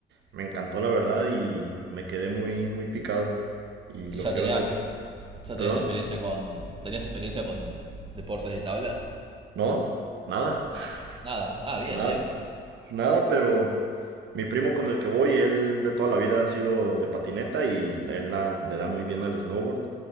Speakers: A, on the right (about 65°); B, on the right (about 25°).
A: me encantó la verdad y me quedé muy, muy picado. Y
B: Y
A: lo
B: ya
A: quiero
B: tenías,
A: hacer.
B: ex- ya
A: ¿Perdón?
B: tenías experiencia con, tenías experiencia con deportes de tabla.
A: No, nada,
B: Ah, nada.
A: <laughs>
B: Ah, bien,
A: nada,
B: bien, bien.
A: nada, pero mi primo con el que voy, él de toda la vida ha sido de patineta y él la- le da muy bien al snowboard.